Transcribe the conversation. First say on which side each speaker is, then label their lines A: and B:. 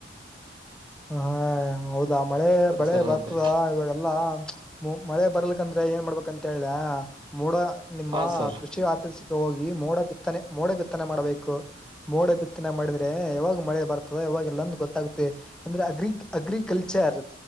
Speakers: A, in the centre; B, on the right.
A: ಹ ಹಾ ಹೌದಾ ಮಳೆ ಬಳೆ
B: ಸರ್ ನಮ್ಮ
A: ಬರ್ತದ
B: ಹತ್ರ
A: ಇವಾಗೆಲ್ಲಾ ಚ ಮಳೆ ಬರ್ಲಿಕ್ಕ. ಯಾಕಂದ್ರೆ ಏನ್ ಮಾಡ್ಬೇಕಂತ ಹೇಳ್ಲ್ಯಾ ಮೋಡ. ನಿಮ್ಮವ
B: ಹಾ ಸರ್
A: ಕೃಷಿ ಆಫೀಸ್. ಹೋಗಿ ಮೋಡ ಬಿತ್ತನೆ ಮೋಡ ಬಿತ್ತನೆ ಮಾಡಬೇಕು. ಕು ಮೋಡ ಬಿತ್ತನೆ ಮಾಡಿದ. ದೇ ಯಾವಾಗ ಮಳೆ ಬರ್ತದೆ ಯಾವಾಗ ಇಲ್ಲಂತ ಗೊತ್ತಾಗುತ್ತೆ. ಅಂದ್ರೆ ಅಗ್ರಿಕ್ ಅಗ್ರಿಕಲ್ಚರ್